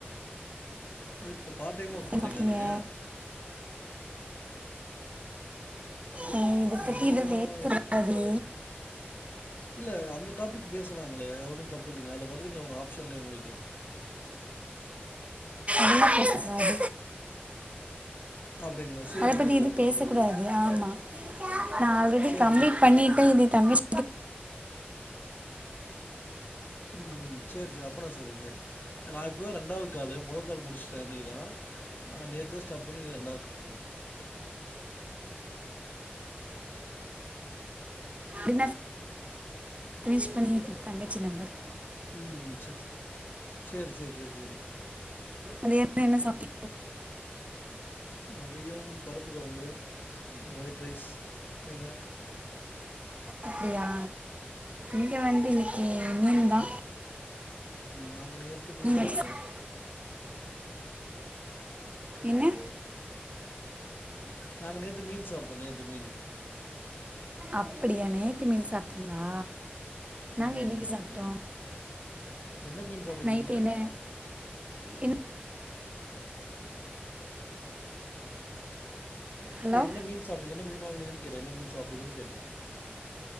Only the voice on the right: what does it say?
என்ன
சாப்பிட்டீங்க
அ இத பத்தி
இதா பேசுறாது
என்ன பேச கூடாது
அத
பத்தி
இதுவு
பேசக்கூடாதுங்ளா
ஆமா நா ஆல்ரெடி
கம்ப்ளீட்
பண்ணிட்டே
இது தங்கச்சி
வின்னர்ஸ் ரீச் பண்ணி தங்கச்சி நம்பர்
அது என்ன என்ன சாப்டிங்
அப்டியா இங்க வந்து இன்னைக்கி மீன் தா
வச்சு
சாப்~ என்ன
அப்புடியா நேத்து மீன் சாப்ட்டீங்ளா நாங்க
இன்னைக்கி சாப்ட்டோ
நைட்டு
என்ன என்ன ஹலோ